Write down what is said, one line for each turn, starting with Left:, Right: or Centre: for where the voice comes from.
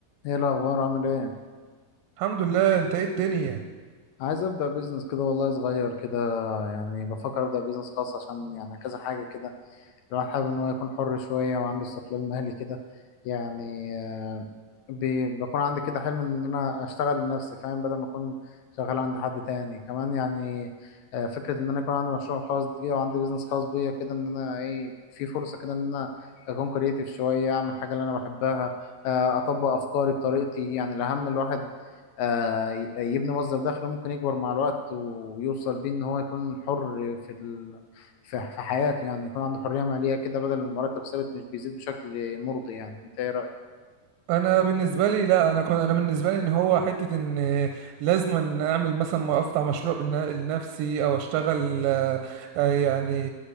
Left: ايه الاخبار عامل ايه
Right: الحمد لله انت ايه الدنيا
Left: عايز ابدا بيزنس كده والله صغير كده يعني بفكر ابدا بيزنس خاص عشان يعني كذا حاجه كده الواحد حابب ان هو يكون حر شويه وعنده استقلال مالي كده يعني آه، بي- بكون عندي كده حلم ان انا اشتغل لنفسي فاهم بدل ما اكون شغال عند حد تاني كمان يعني آه، فكره ان انا يكون عندي مشروع خاص بيا وعندي بيزنس خاص بيا كده ان انا ايه في فرصه كده ان انا اكون كرييتيف شويه اعمل حاجه اللي انا بحبها آه، اطبق افكاري بطريقتي يعني الاهم الواحد آه، ي- يبني مصدر دخل ممكن يكبر مع الوقت ويوصل بيه ان هو يكون حر في ال... في في حياته يعني يكون عنده حرية مالية كده بدل المرتب ثابت مش بيزيد بشكل مرضي يعني انت ايه رأيك؟
Right: انا بالنسبه لي لا انا كنت انا بالنسبه لي ان هو حته ان لازم ان اعمل مثلا ما افتح مشروع بالن- لنفسي او اشتغل آه، آه، يعني